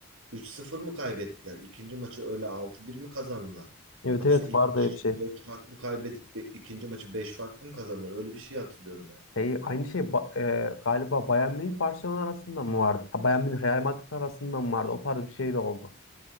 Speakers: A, on the right; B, on the left.
A: 3 sıfır mı kaybettiler? İkinci maçı öyle 6-1 mi kazandılar?
B: Evet
A: Yoksa
B: evet
A: ilk
B: vardı
A: maçı
B: öyle
A: işte
B: bir şey.
A: 4 farklı kaybedip be- ikinci maçı 5 farklı mı kazandılar? Öyle bir şey hatırlıyorum yani.
B: Şey, aynı şey ba- e, galiba Bayern Münih Barcelona arasında mı vardı? Ha, Bayern Münih Real Madrid arasında mı vardı? O tarz bir şey de oldu.